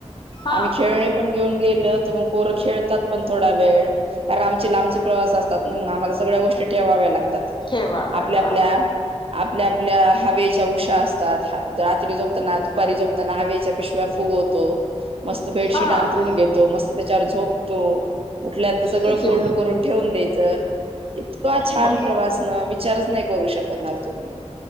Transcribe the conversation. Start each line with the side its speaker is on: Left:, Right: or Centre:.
Left: हा
Right: आम्ही खेळणे पण घेऊन गेलो तर मग पोर खेळतात पण थोडा वेळ कारण आमचे लांबचे प्रवास असतात ना मग आम्हाला सगळ्या गोष्टी ठेवाव्या लागतात
Left: ठेवाव्याला
Right: आपल्या आपल्या आपल्या आपल्या हवेच्या उषा असतात रात्री झोपताना दुपारी झोपताना हवेच्या पिशव्या फुगवतो मस्त बेडशीट
Left: हा
Right: अंतरून घेतो मस्त त्याच्यावर झोपतो उठल्यांत सगळं
Left: किती
Right: फोल्ड करून ठेवून द्यायचं इतका छान
Left: बघ
Right: प्रवास न विचारच नाही करू शकणार तुम्ही